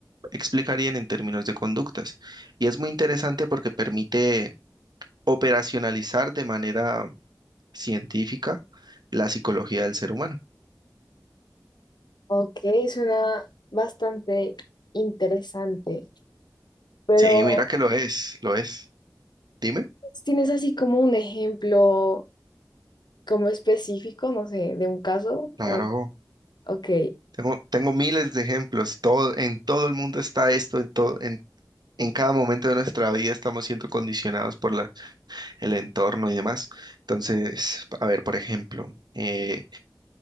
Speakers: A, on the right (about 70°); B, on the left (about 80°).
A: explicarían en términos de conductas. Y es muy interesante porque permite operacionalizar de manera científica la psicología del ser humano.
B: ok, suena bastante interesante, pero...
A: Sí, mira que lo es, lo es. Dime.
B: ¿Tienes así como un ejemplo como específico, no sé, de un caso?
A: Claro,
B: O, ok,
A: tengo, tengo miles de ejemplos. Todo, en todo el mundo está esto, en todo, en, en cada momento de nuestra vida estamos siendo condicionados por la, el entorno y demás. Entonces, a ver, por ejemplo, eh,